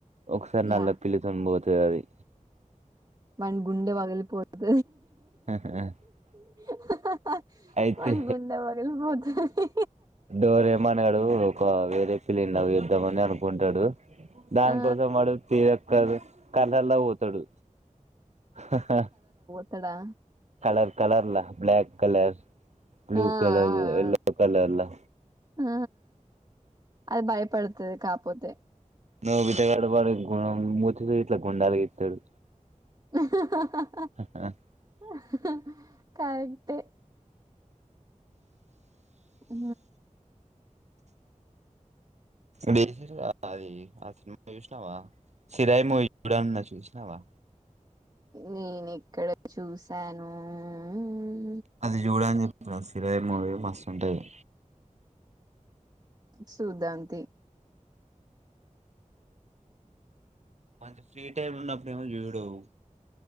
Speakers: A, on the right; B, on the right.
A: ఒకసారి నల్ల
B: యా
A: పిలి తం పోతంది తది
B: మ గుండే వగలి పో అద
A: <inaudible>
B: <inaudible>
A: అయితే
B: వాని గుండె పగిలిపోతది
A: డోరే మనడు ఒక వేరే పిల్లిని లవ్ చేద్దాం అనుకు కుంటాడు దానికోసం
B: ఆ
A: వాడు తీయ కాదు కర్లాల్ల పోతాడు హ హ
B: అత్తడా
A: కలర్ కలర్లా బ్ల్యాక్ కలర్ బ్లూ
B: ఆ
A: కలర్
B: ఆ
A: ఎల్లో కలర్లా
B: ఆ అది భయపడుతాది కాపోతే
A: నువ్వు బిట్టగాడ వాడి గుం మూతీ ఇట్లా కోండాలు వీకుతడూ
B: <unintelligible>
A: <inaudible>
B: అహహ కరెక్టే ఉ
A: బేసి అది ఆ సినిమా చూసినావా సిరాయి మూవీ చూడన్న చూసినావా
B: నేను ఎక్కడ చూసానుఉ‌ ఊ
A: అది చూడని చెప్పన రేర్ మూవీ మస్ట్ ఉంటాది
B: సూదాంతియి
A: మంచి ఫ్రీ టైమ్ లో ఉన్నప్పుడు ఏమో చూడవు